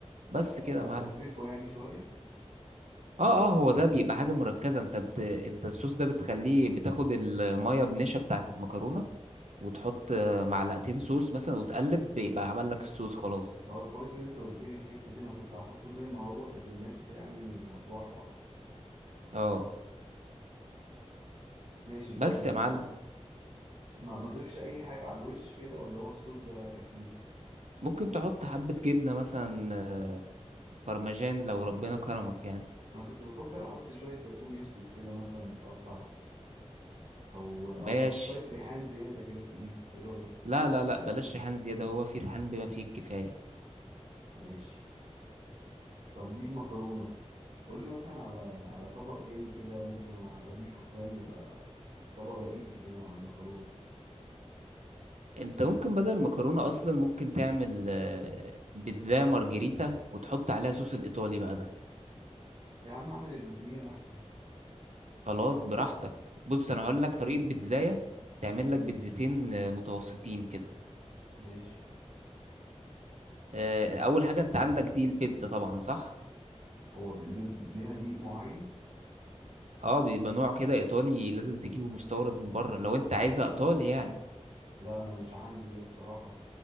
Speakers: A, on the right; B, on the right.
A: بس كده
B: لا، ده
A: يا معلم
B: اخففه يعني شوية
A: اه اه هو ده بيبقى حاجه مركزه انت بت... انت الصوص ده بتخليه بتاخد الميه بنشا بتاعه المكرونه وتحط آه، معلقتين صوص مثلا وتقلب بيبقى عمل لك الصوص خلاص
B: اه كويس ان انت قلت لي الحتة دي انا كنت هحطه زي ما هو كانت الناس يعني هتوحوح
A: اه
B: ماشي طيب
A: بس يا معلم
B: ما ما اضيفش اي حاجة على الوش كده ولا هو الصوص ده كفيل
A: ممكن تحط حبة جبنة مثلا آه، برمجان لو ربنا كرمك يعني
B: انا كنت بفكر احط شوية زيتون اسود كده مثلا متقطع او او
A: ماشي
B: شويه ريحان زياده كده فوقيه ايه رايك
A: لا لا لا بلاش ريحان زيادة هو في ريحان بما فيه الكفاية
B: ماشي طب دي المكرونه قول لي مثلا على على طبق تاني كده ممكن اضيفه فاهم يبقى طبق رئيسي كده مع المكرونه
A: انت ممكن بدل المكرونة اصلا ممكن تعمل آه، بيتزا مارجريتا وتحط عليها صوص الايطالي بقى ده
B: يا عم اعمل الاتنين احسن
A: خلاص براحتك بص انا
B: يعني
A: هقول لك طريقة بيتزاية تعمل لك
B: مم،
A: بيتزتين آه، متوسطين كده
B: ماشي
A: آه، اول حاجة انت عندك دي البيتزا طبعا صح
B: هو باللود ليها دقيق معين
A: اه بيبقى نوع كده ايطالي لازم تجيبه مستورد من بره لو انت عايزها ايطالي يعني
B: لا انا مش عندي ده بصراحه